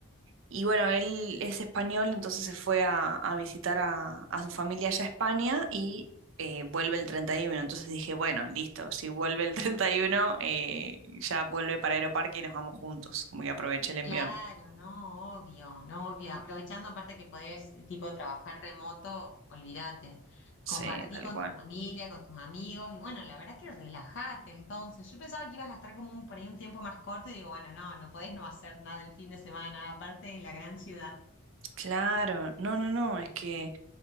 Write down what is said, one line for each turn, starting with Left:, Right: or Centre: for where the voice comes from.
Right: y bueno, él es español, entonces se fue a, a visitar a, a su familia allá a España y eh, vuelve el 31. Entonces dije, bueno, listo, si vuelve el <laughs> 31, eh, ya vuelve para Aeroparque y nos vamos juntos, como que aproveché el envión.
Left: claro, no, obvio, no, obvio. Aprovechando aparte que podés, tipo, trabajar remoto, olvídate.
Right: Sí,
Left: Compartí
Right: tal
Left: con
Right: cual.
Left: tu familia, con tus amigos, y bueno, la verdad que relajate entonces. Yo pensaba que ibas a estar como un, por ahí un tiempo más corto, y digo, bueno, no, no podés no hacer nada el fin de semana, aparte en la gran ciudad.
Right: Claro, no, no, no, es que,